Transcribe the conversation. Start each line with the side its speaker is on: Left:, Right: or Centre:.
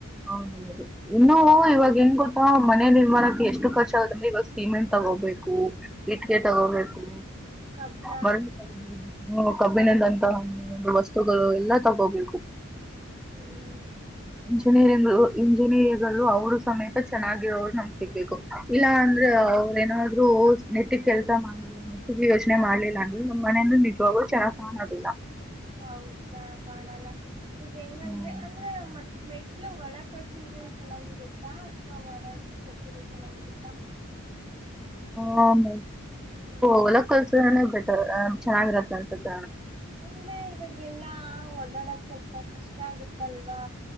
Centre: ಹೌದೌದು ಇನ್ನುೂ ಇವಾಗ ಹೆಂಗ್ ಗೊತ್ತು ಮನೆ ನಿರ್ಮಾಣಕ್ಕೆ ಎಷ್ಟು ಖರ್ಚ ಆಗದಂದ್ರೆ ಇವಾಗ ಸಿಮೆಂಟ್ ತಗೋಬೇಕು ಇಟ್ಟಕ
Right: ಹ್ಮ
Centre: ತಗೋಬೇಕು
Right: ಕಬ್ಣ
Centre: ಮ ಕಬ್ಬಿನದಂತಹತ
Right: ಅವು
Centre: ತಗೋ ಎಲ್ಲ ತಗೋಬೇಕು
Right: ಹ್ಮ್
Centre: ಇಂಜಿನಿಯರಿಂಗ ಇಂಜಿನಿಯರಿಗಳು ಅವರು ಸಮೇತ ಚೆನ್ನಾಗಿರೋರು ನಮ ಸಿಗ್ಬೇಕು ಇಲ್ಲ ಅಂದ್ರೆ ಅವ್ರ ಏನಾದ್ರು ನೆಟ್ಟಿಗೆ
Right: ಹ್ಮ್
Centre: ಕೆಲ್ಸ ಮಾಡಲ್ಲ ನೆಟ್ಟಿಗೆ ಎಷ್ಟ ಮಾಡ್ಲಿಲ್ಲ ಅಂದ್ರೆ ನಮ್ ಮನೆಯಂದ ನಿಜವಾಗೂ ಚೆನ್ನ
Right: ಹ್ಮ್
Centre: ಕಾಣೋದಿಲ್ಲ
Right: ಹೌದಾ ಕಾಣಲ್ಲ ಇವಾಗ ಹೆಂಗಂದ್ರೆ
Centre: ಹ್ಮ್.
Right: ಅಂದ್ರೆ ಮ ಮೆಟ್ಲು ಒಳ ಕಟ್ಸಿದ್ರೆ ಚೆನ್ನಾಗಿರುತ್ತಾ ಅಥವಾ ಹೊರ ಕಡ್ಸಿದ್ರೆ ಚೆನ್ನಾಗಿರುತ್ತಾ
Centre: ಹ ಮ ಹೊಲ ಕಲ್ಸದ್ರನನೆ ಬೆಟರ್ ಚೆನ್ನಾಗಿರತ್ತ ಅನ್ಸತ್ತ
Right: ಇಂದ್ರೆ ಇದವಾಗಲ್ಲಾ ಓಡಾಡಕ್ ಸ್ವಲ್ಪ ಕಷ್ಟ ಆಗುತ್ತಲ್ವಾ